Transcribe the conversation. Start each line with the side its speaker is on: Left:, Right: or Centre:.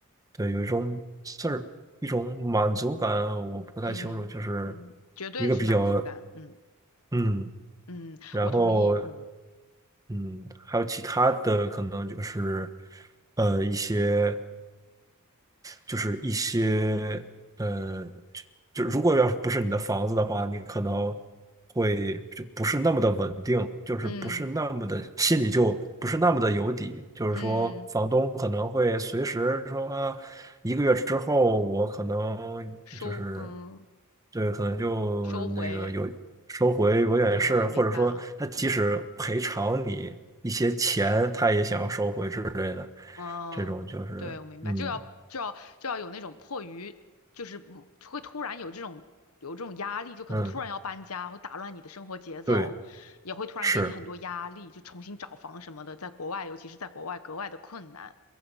Right: 对，有一种事儿，一种满足感，我不太清楚，
Left: 嗯嗯，
Right: 就是
Left: 绝对是满足感。
Right: 一个比较
Left: 嗯。
Right: 嗯。
Left: 嗯，
Right: 然后
Left: 我同意。嗯
Right: 嗯，还有其他的可能就是，呃，一些，就是一些呃，就就如果要是不是你的房子的话，你可能会就不是那么的稳定，就是不是那么的心里就不是那么的有底，
Left: 嗯
Right: 就是说房东可能会随时说啊，
Left: 嗯，
Right: 一个月之后我可能就是
Left: 收嗯
Right: 对，可能就那个有收回有点是或者说他即使赔偿你一些钱，
Left: 收回，嗯，明白了。嗯。
Right: 他也想要收回之类的，
Left: 嗯，
Right: 这种就是嗯。
Left: 对，我明白，就要就要就要有那种迫于，就是嗯会突然有这种有这种压力，就可能突然要搬家，
Right: 嗯，
Left: 会打乱你的生活节奏，
Right: 对，
Left: 也会突然给你很多压力，
Right: 是，
Left: 就重新找房什么的，在国外，尤其是在国外格外的困难，